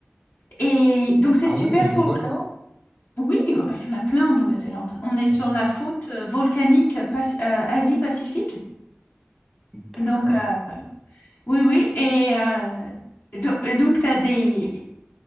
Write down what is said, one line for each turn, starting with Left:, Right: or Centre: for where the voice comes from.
Left: Et donc c'est
Centre: Ah
Left: super
Centre: ouais, il y a des
Left: pour...
Centre: volcans?
Left: Oui, ah bah, il y en a plein en Nouvelle-Zélande. On est
Centre: Carrément.
Left: sur la faute euh, volcanique Pas- euh, Asie-Pacifique.
Centre: D'accord.
Left: Donc euh, oui, oui. Et, euh, do- et donc tu as des,